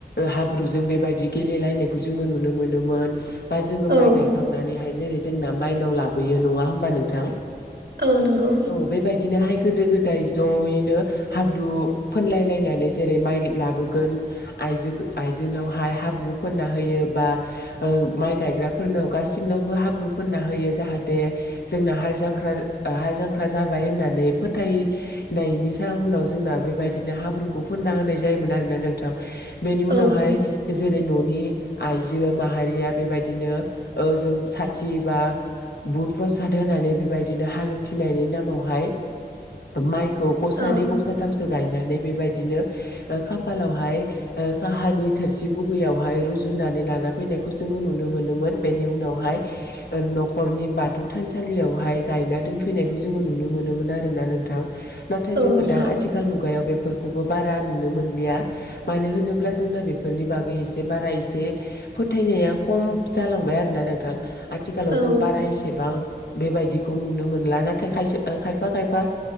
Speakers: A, on the left; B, on the right.
A: हाब्रुजों बेबायदि गेलायनायखौ जोङो नुनो मोनोमोन बा जोङो
B: औ
A: माइ गायखांनानैहाय जेरै जोंना मायनाव लाबोयो नंङा होमबा नोंथां
B: औ नंगौ
A: औ बेबायदिनोहाय गोदो गोदाय जयैनो हाब्रु फोनलाय लायनानै जेरै माइ लाबो गोन आइजोखो आइजोनावहाय हाब्रु फोनना होयो बा ओ माइ गायग्राफोरनाव गासिनावबो हाब्रु फोनना होयो जाहाथे जोंना हाल जांख्रा ओ हाल जांख्रा जाबाय होननानै फोथायनायनि जाउनाव जों ना बेबायदिनो हाब्रुखौ फोनना होनाय जायोमोन आरोना नोंथां। बेनि उनावहाय
B: औ
A: जेरै न' नि आइजो माहारिया बेबायदिनो ओजों साथि बा बुट प्र साद होनानै बेबायदिनो हाल उथिनायनि नामावहाय माइ खौ गसानै
B: औ
A: गसाथामसो गायनानै बेबायदिनो ओ खाफालावहाय ओ काहानि थोरसि गुबैयाव हाय रुजुननानै लाना फैनायखौ जोंङो नुनो मोनोमोन बेनि उनावहाय ओ नखरनि बाथौ थानसालियावहाय गायना दोनफैनायखौ जोङो नुनो मोनोमोन आरोना नोंथां। नाथाय
B: औ
A: जोङो
B: नंगौ
A: दा आथिखाल मुगायाव बेफोर खौबो बारा नुनो मोनलिया मानो होनोब्ला जोंना बेफोरनि बागै एसे बारा एसे फथायनाया खम जालांबाय आरो ना नोंथां। आथिखालाव
B: औ
A: जों बारा एसेबां बेबायदिखौ नुनो मोनला नाथाय खायसे ओ खायफा खायफा